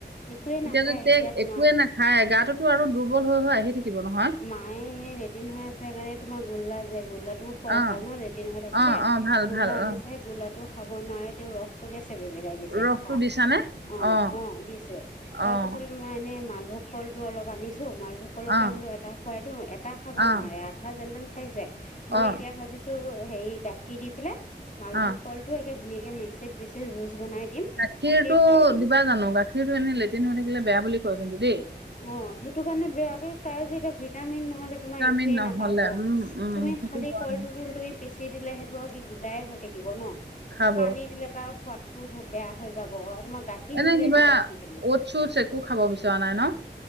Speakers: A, on the left; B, on the right.
A: একোৱে
B: এতিয়া
A: নাখায়
B: যে
A: তোমাৰ
B: একোৱে নাখায় গাতো আৰু দুৰ্বল হৈ হৈ আহি থাকিব নহয়
A: মায়ে সেই লেটিন হৈ আছে সেই কাৰণে তোমাৰ গোল্লা যে গোল্লাত টো খোৱা
B: অ
A: ভাল ন লেটিন ন হৈ থাকিলে
B: অ অ ভাল
A: গোলা
B: ভাল
A: আনিছে
B: অ
A: গুলা টো খাব নোৱাৰে তেওঁ ৰস টো গে দিছে
B: ৰসটো
A: খা
B: দিছানে?
A: উম
B: অ',
A: উম দিছে
B: অ',
A: তাৰ পিছতে তোমাৰ এনেই মালভোগ কলটো অলপ আনিছোঁ মালভোগ কলকে
B: অ',
A: বোলো এটা খোৱাই দিওঁ এটা খাব
B: অ',
A: নোৱাৰে আধা জে খাইছে মই
B: অ',
A: এতিয়া ভাবিছোঁ হেৰি গাখীৰ দি পেলাই মালভোগ
B: অ',
A: কলটো একে ধুনীয়াকৈ মিক্সিত পিছে জুচ। বনাই দিম,
B: গাখীৰতটো
A: তাকে খুৱাই দিম।
B: দিবা জানো গাখীৰতটো এনে লেট্ৰিন হৈ থাকিলে বেয়া বুলি কয় কিন্তু দেই।
A: অঁ সেইটো কাৰণে বেয়া তাই ভিটামিন নহলে তোমাৰ
B: ভিটামিন
A: একোৱে
B: নহ'লে
A: নাপাব
B: উম, উম,
A: তুমি।
B: সেইটো
A: খালি
B: হয়
A: কলটো তুমি পিছ। বেচি দিলে সেইটো আৰু কি গোটাই হৈ থাকিব ন
B: খাব
A: পানী দিলে তাৰ সোৱাদ। টো হ বেয়া হৈ যাব অ তোমাক গাখীৰ
B: এনে
A: নিদিলে
B: কিবা
A: দিবা কি তুমি?
B: অ'ট চুটচ একো খাব <unintelligible> ন